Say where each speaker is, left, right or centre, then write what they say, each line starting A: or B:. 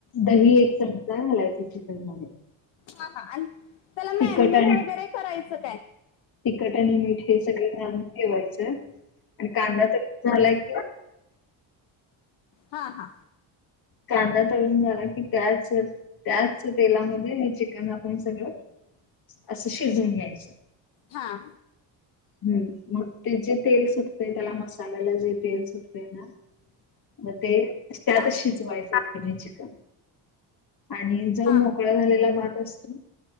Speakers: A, on the left; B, on the left.
A: दही एक चमचा घालायचं चिकनला.
B: हा हा आणि त्याला मॅननेट
A: तिखट आणि
B: वगैरे करायचं काय?
A: तिखट आणि मीठ हे सगळं घालून ठेवायचं आणि कांदा तरी झालाय की.
B: हा हा.
A: कांदा तळून झाला की, त्यांच त्याचं तेलामध्ये हे चिकन आपण सगळं, असं शिजून घ्यायचं.
B: हां..
A: हम्म मग ते जे तेल सुटते त्याला मसाल्याला जे तेल सुटते ना. मग ते त्यात
B: हा
A: शिजवायच हे चिकन. आणि जो
B: हा
A: मोकळा झालेला भात असतो.